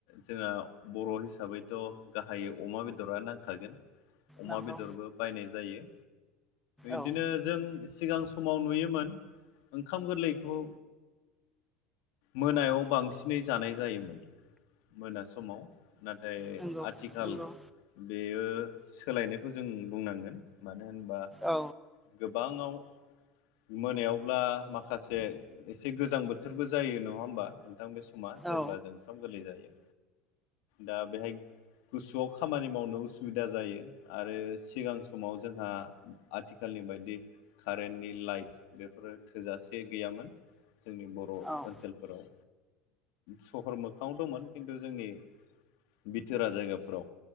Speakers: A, on the left; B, in the centre.
A: जोंना बर हिसाबैथ गाहायै अमा बेदरा नांखा गोन अमा
B: नंगौ
A: बेदरबो बायनाय जायो इदिनो
B: औ
A: जों सिगां समाव नुयोमोन ओंखाम गोरलैखौ मोनायाव बांसिनै जानाय जायोमोन मोना समाव ना? नाथाय
B: नंगौ
A: आथिखाल
B: नंगौ
A: बेयो सोलायनायखौ जों बुंनांगोन मानो होनबा?
B: औ
A: गोबाङाव मोनायावब्ला माखासे एसे गोजां बोथोरबो जायो नङा होमबा नोंथां बे सम मा जेब्ला
B: औ
A: जों ओंखाम गोरलै जायो दा बेहाय। गुसुआव खामानि मावनो उसुबिदा जायो आरो सिगां समाव जोंहा आथ आथिखालनि बायदि कारेन्टनि लाइट बेफोरो थोजासे गैयामोन। जोंनि बर'
B: औ
A: ओनसोलफोराव। सहर मोखाङाव दंमोन खिन्थु जोंनि बिथोरा जायगाफोराव।